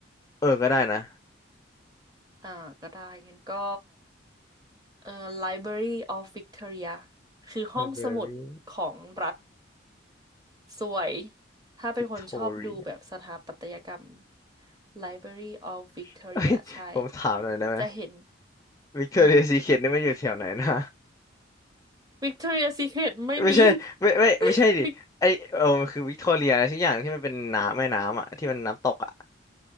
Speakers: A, on the left (about 15°); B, on the right (about 20°).
A: เออก็ได้นะ
B: อ่าก็ได้งั้นก็เอ่อ Library of Victoria คือห้องสมุดของรัฐ
A: Library
B: สวยถ้าเป็นคนชอบดูแบบสถาปัตยกรรม
A: Victoria
B: Library of Victoria
A: <laughs> เอ้ยผมถามหน่อยได้ไหม
B: ใช่จะเห็น
A: Victoria
B: อืม
A: Secret นี่มันอยู่แถวไหนนะ
B: Victoria Secret ไม่มี
A: ไม่ใช่ไม่ไม่ไม่ใช่ดิไอเออมันคือวิกตอเรียอะไรสักอย่างที่มันเป็นน้ำแม่น้ำอะที่มันน้ำตกอะ
B: <laughs> วิก